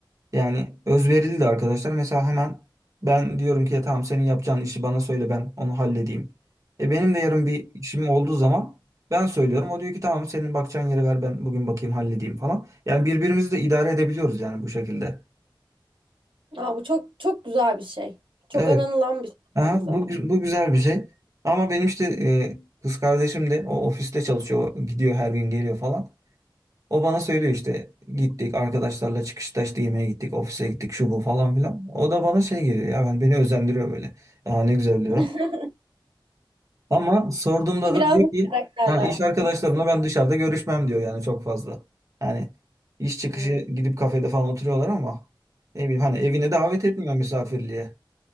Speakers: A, on the right; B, on the right.
A: Yani özverili de arkadaşlar. Mesela hemen ben diyorum ki ya tamam senin yapacağın işi bana söyle ben onu halledeyim. E benim de yarın bir işim olduğu zaman ben söylüyorum. O diyor ki tamam senin bakacağın yere ver ben bugün bakayım halledeyim falan. Yani birbirimizi de idare edebiliyoruz yani bu şekilde.
B: Aa, bu çok çok güzel bir şey. Çok
A: Evet.
B: aranılan bir şey
A: Aha,
B: aynı zamanda.
A: bu, gü- bu güzel bir şey. Ama benim işte e, kız kardeşim de o ofiste çalışıyor. Gidiyor her gün geliyor falan. O bana söylüyor işte gittik arkadaşlarla çıkışta işte yemeğe gittik ofise gittik şu bu falan filan. O da bana şey geliyor ya ben beni özendiriyor böyle. Aa ne güzel diyorum.
B: <laughs>
A: Ama sorduğumda
B: biraz
A: da diyor
B: da
A: ki
B: karakterlersiniz.
A: ha iş arkadaşlarımla ben dışarıda görüşmem diyor yani çok fazla. Yani iş çıkışı
B: Hı.
A: gidip kafede falan oturuyorlar ama ne bileyim hani evine davet etmiyor misafirliğe.